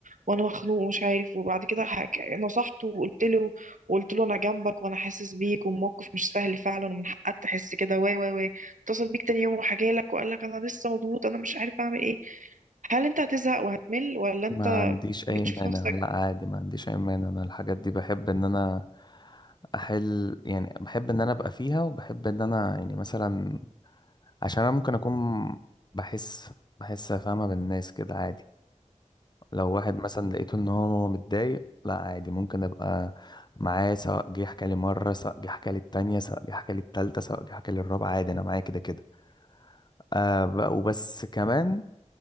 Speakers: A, on the right; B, on the left.
A: وانا مخنوق ومش عارف وبعد كده حك... نصحته وقلت له وقلت له انا جنبك وانا حاسس بيك والموقف مش سهل فعلا ومن حقك تحس كده واي واي واي اتصل بيك تاني يوم وحكى لك وقال لك انا لسه مضغوط انا مش عارف اعمل ايه هل انت هتزهق وهتمل ولا انت
B: ما عنديش اي
A: بتشوف
B: مانع
A: نفسك
B: لا عادي ما عنديش اي مانع انا الحاجات دي بحب ان انا احل يعني بحب ان انا ابقى فيها وبحب ان انا يعني مثلا عشان انا ممكن اكون بحس بحس فاهمه بالناس كده عادي لو واحد مثلا لقيته ان هو متضايق لا عادي ممكن ابقى معاه سواء جه حكى لي مره سواء جه حكى لي التانية سواء جه حكى لي التالتة سواء جه حكى لي الرابعه عادي انا معاه كده كده آه ب- وبس كمان